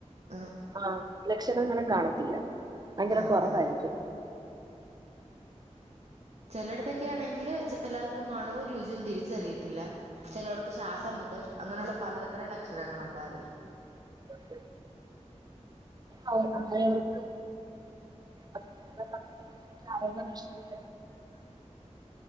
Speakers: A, on the right; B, on the right.
A: ആഹ്
B: ആ ലക്ഷണങ്ങളൾ കാണണം ഭയങ്കര
A: ആഹ്
B: കുറവായിരിക്കും
A: ആഹ് ചിലയിടത്തൊക്കെ ആണെങ്കിൽ ചിലർക്ക് മണവും രുചിയും തിരിച്ചറിയത്തില്ല ചിലവർക്ക് ശ്വാസം അങ്ങനെയുള്ള പലതരം ലക്ഷണങ്ങ ഉണ്ടായിരുന്നു
B: വെ ആരോർക്കും അപ <unintelligible>